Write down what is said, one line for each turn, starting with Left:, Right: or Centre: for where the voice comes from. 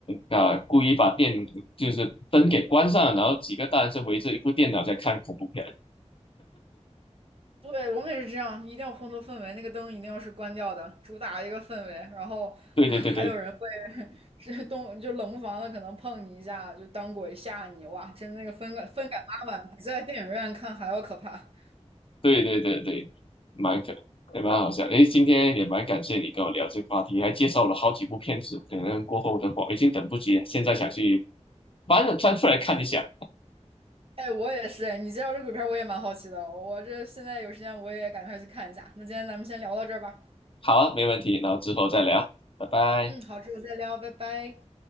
Left: 啊、故意把电就是灯给关上，然后几个大男生围着一部电脑在看恐怖片。<laughs>
Right: 对，我们也是这样，一定要烘托氛围，那个灯一定要是关掉的，主打一个氛围。然后啊还有人会
Left: 对对对对。
Right: <laughs> 是动，就冷不防的可能碰你一下，就当鬼吓你，哇，真的那个分感分感拉满，比在电影院看还要可怕。
Left: 对对对对，蛮可也蛮好笑。诶，今天也蛮感谢你跟我聊这个话题，还介绍了好几部片子。可能过后的话，我已经等不及了，现在想去翻翻出来看一下。
Right: 哎，我也是，哎，你介绍这鬼片儿我也蛮好奇的，我这现在有时间我也赶快去看一下。那今天咱们先聊到这儿吧。
Left: 好啊，没问题，然后之后再聊，拜拜。
Right: 嗯，好，之后再聊，拜拜。